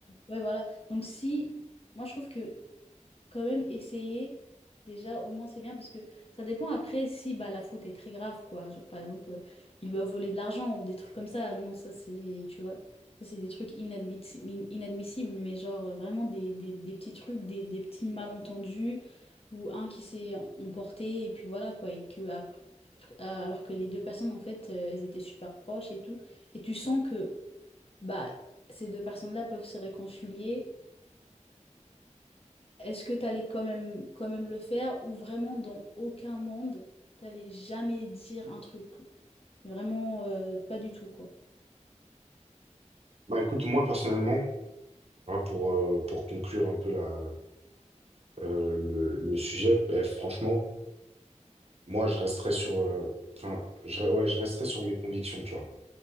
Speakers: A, on the left (about 50°); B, on the right (about 55°).
A: ouais voilà. Donc si, moi je trouve que quand même essayer. Déjà, au moins, c'est bien parce que ça dépend après si bah, la faute est très grave, quoi. Genre, par exemple, euh, il lui a volé de l'argent ou des trucs comme ça. Non, ça, c'est, tu vois, ça, c'est des trucs inadmissi- in- inadmissibles, mais genre, euh, vraiment des, des- des petits trucs, des, des petits malentendus ou un qui s'est em- emporté et puis voilà, quoi. Et que, ap- euh, alors que les deux personnes, en fait, euh, elles étaient super proches et tout. Et tu sens que, bah, ces deux personnes-là peuvent se réconcilier est-ce que t'allais quand même, quand même le faire ou vraiment dans aucun monde, t'allais jamais dire un truc? Vraiment, euh, pas du tout, quoi.
B: Bah écoute, moi personnellement, voilà, pour, euh, pour conclure un peu la, euh, le, le sujet, bah, franchement, moi je resterais sur, euh, enfin, je, ouais, je resterais sur mes convictions, tu vois.